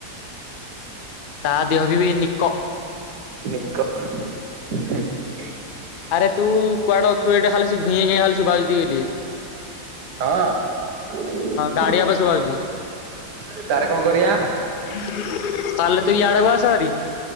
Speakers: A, on the left; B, on the right.
A: ତା ଦେହ ବି ବି ନିକ।
B: ନିିକ। ହଁ <inaudible>
A: ଆରେ ତୁ କୁଆଡେ ଅଛୁ ଏଠେ ଖାଲି ଘିଁ ଘିଁ ଖାଲି ବାଜୁ ଟିକେ ଟିକେ
B: ହଁ,
A: ଗାଡି ଆବାଜ
B: <inaudible>
A: ଶୁଭାଯାଉଛି
B: ତାର କଣ କରିବା।
A: ନହେଲେ ତୁ ଆଡେ ବା ଆସ ହେରି